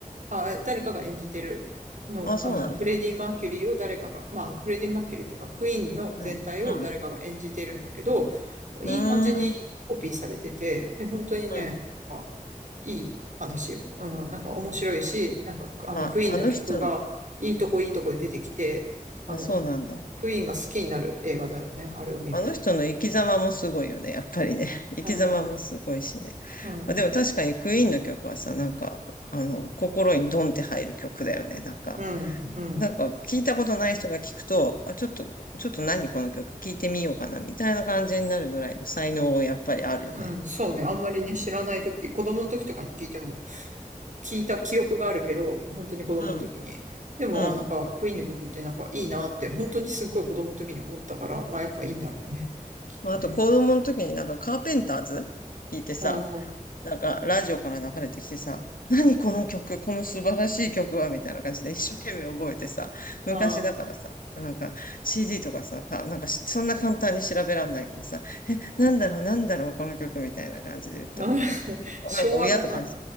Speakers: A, on the right (about 60°); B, on the left (about 75°).
A: あ、誰かが演じてるの、
B: あ、そうなんだ。
A: あの、フレディ・マーキュリーを誰かが、まあ、フレディ・マーキュリーっていうか、クイーンの全体を誰かが演じてるんだけど、
B: うん。うん。うーん。
A: いい感じにコピーされてて、で、本当にね、
B: うん。
A: なんか、いい話よ。うん、なんか面白いし、なんか、あの、
B: まあ、
A: クイーンの曲が、
B: あの人の、
A: いいとこいいとこで出てきて、あの、
B: あ、そうなんだ。
A: クイーンが好きになる映画だよね、あれを見ると。
B: あの人の生き様もすごいよね、やっぱりね。<laughs> 生き様もすごいしね。
A: うん、うん、
B: まあ、でも確かにクイーンの曲はさ、なんか、あの、心にドンって入る曲だよね、なんか。
A: うん、うん、
B: なんか、聞いたことない人が聞くと、あ、ちょっと、ちょっと何この曲聞いてみようかな、みたいな感じになるぐらいの才能やっぱりあるよね。
A: うん、そうね、あんまりね、知らない時子供の時とかに聞いても、聞いた記憶があるけど、本当に子供の時に。
B: うん、
A: でも、
B: うん。
A: あ、なんか、クイーンの曲ってなんかいいなって、本当にすっごい子供の時に思ったから、まあやっぱいいんだろうね。きっとね。
B: あと、子供の時になんかカーペンターズ聞いてさ、
A: うんうん。あ
B: なんか、ラジオから流れてきてさ、何この曲、この素晴らしい曲は、みたいな感じで一生懸命覚えてさ、昔だからさ、
A: あ、
B: なんか CD とかさ、か、なんかしそんな簡単に調べらんないからさ、なんだろう、なんだろう、この曲みたいな感じで言ったの。
A: <laughs>
B: え
A: 昭和だな。
B: なんか親とかに、